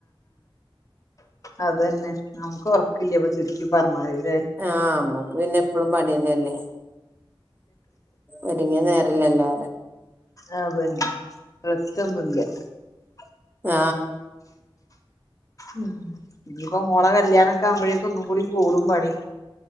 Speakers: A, on the left; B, on the right.
A: അത്ന്നെ നമുക്കോപ്പം ല്ലിപ്പം ചുരുക്കി പറഞ്ഞാല് ലെ
B: ആഹ് അമ്മക്ക് പിന്നെ എപ്പളും പണി ന്നെല്ലേ ഒരിങ്ങിയ നേരം ഇല്ലല്ലോ
A: ആ ബെൻ <unintelligible>
B: ആ
A: ഉം ഇനിപ്പം മോളെ കൽ ഇല്ല്യാ ഒക്കെയാവുമ്പയേക്ക് ഒന്നും കൂടി കൂടും പണി